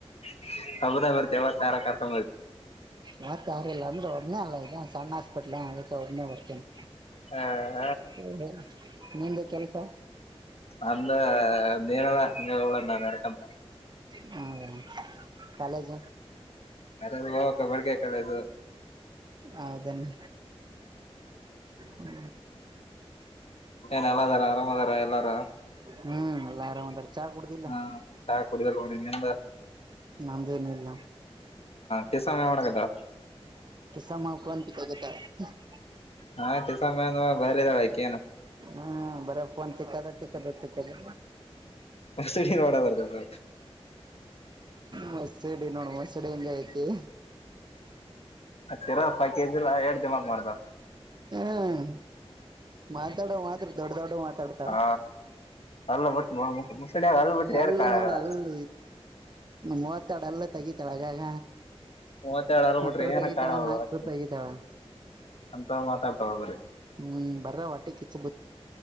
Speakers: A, on the left; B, on the right.
A: <unintelligible> ಐವತ್ತಾರ ಕರ್ಕಬ
B: ಮತ್ತ ಯಾರಿಲ್ಲ ಅಂದ್ರೆ ಒಬ್ಬ್ನೆ ಅಲ್ಲ ಇ ಸಣ್ಣ ಹಾಸ್ಪಿಟ್ಲ್ ಅಕ್ಕೆ ಒಬ್ಬ್ನೆ ಹೋಗರ್ತೇನಿ
A: ಹಾ
B: ಹ ನಿಂದು ಕೆಲ್ಸ
A: ಅಂದೆ <unintelligible> ಹಿಂಗ್ ಅವ್ಳ ನಾ ನಡ್ಕಂತ.
B: ಹ್ಮ ಕಾಲೇಜ
A: <unintelligible> ತಬಳ್ಗೆ ಕೆಳೆದು.
B: ಹೌದನ್ನೇ ಹ್ಮ
A: ಏನ್ ಎಲ್ಲ ಅದಾರ ಆರಾಮ್ ಅದಾರ ಎಲ್ಲಾರ
B: ಹ್ಮ್ ಎಲ್ಲ ಆರಾಮದಾರ ಚಾ ಕುಡ್ದಿಲ್ಲ
A: ಹಾ ಚಹಾ ಕುಡಿದಲ್ಲ ನೋಡಿ ನಿನ್ನಿಂದ
B: ನಮ್ದೇನಿಲ್ಲ
A: ಕೆಸ ಮಾಡಗದ್ದಾ
B: <unintelligible>
A: ಹಾ <unintelligible> ಬಾರಿ ಅದಾವ್ ಆಕೀನು.
B: ಹ್ಮ ಬರ ಫೋನ್ ತಿಕ್ಕದ ತಿಕ್ಕದ ತಿಕ್ಕದ
A: ಮುಸುಡಿ ಮಾಡದ್ರ
B: ಮುಸ್ಡಿ ನೋಡ್ ಮುಸುಡಿ ಹೆಂಗಾಗೈತಿ.
A: ಮತ್ತಿರ ಪಾಕಿದ್ರ ಎರಡ್ ದಿಮಾಕ್ ಮಾಡ್ತಾವ
B: ಹ್ಮ್ ಮಾತಾಡೋ ಮಾತ್ರ ದೊಡ್ಡ ದೊಡ್ಡ ಮಾತಾಡ್ತಾಳ
A: ಹಾ ಅಲ್ಲ ಬಿಟ್ ಮುಸಡ್ಯಾಗ ಅಲ್ ಬಿಟ್ರಿ
B: ಹಲ್ಲ್
A: ಏನ್ ಕಾಣಾಗಲ್ಲ
B: ನೋಡ ಅಲ್ಲಿ ಮೂವತ್ತೇರಡು ಹಲ್ಲ್ ತಗಿತಳ ಆಗಾಗ
A: ಮೂವತ್ತೆರಡು ಅಲ್
B: ಹತ್ತು
A: ಬಿಟ್ರಿ
B: ರೂಪಾಯಿಗತಾಳ
A: ಏನ್ ಕಾಣವಲ್ಲ
B: ನಾಲ್ಕು
A: ಒಟ್ಟು
B: ರೂಪಾಯಿಗಿತಾಳ
A: ಅಂತ ಮಾತಾಡ್ತಾವ ಬರೀ
B: ಹ್ಮ್ ಬರ್ರ ಹೊಟ್ಟೆಕಿಚ್ಚು